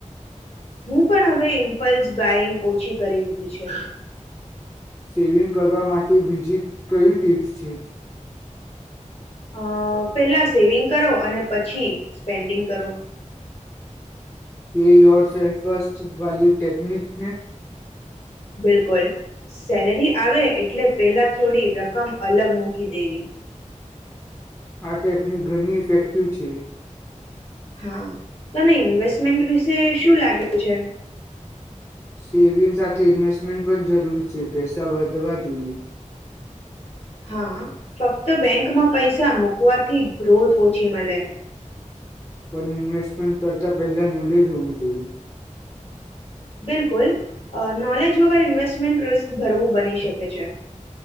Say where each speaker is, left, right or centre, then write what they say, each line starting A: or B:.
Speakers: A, on the left; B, on the left.
A: હું પણ હવે ઇમ્પલ્સ બાઈંગ ઓછી કરી દીધી છે
B: સેવિંગ કરવા માટે બીજી કઈ ટિપ્સ છે.
A: અ પેલા સેવિંગ કરો અને પછી સ્પેન્ડિંગ કરો
B: પી યયોર સે ફર્સ્ટ વિ ટેકનિકને
A: બિલકુલ સેલરી આવે એટલે પેલા થોડી રકમ અલગ મૂકી દેવી..
B: આ ટેકની ઘણી ઇફેક્ટિવ છે
A: હા તને ઇન્વેસ્ટમેન્ટ વિશે શું લાગે છે.
B: સેવિંગ સાથે ઇન્વેસ્ટમેન્ટ પણ જરૂરી છે પૈસા વધવા જોઈએ.
A: હા ફક્ત બેન્કમાં પૈસા મૂકવાથી ગ્રોથ ઓછી મળે
B: પણ ઇન્વેસ્ટમેન્ટ કરતાં પહેલા નોલેજ હોવું જોઈએ
A: બિલકુલ અ નોલેજ વગર ઇન્વેસ્ટમેન્ટ રિસ્ક ભરવું બની શકે છે.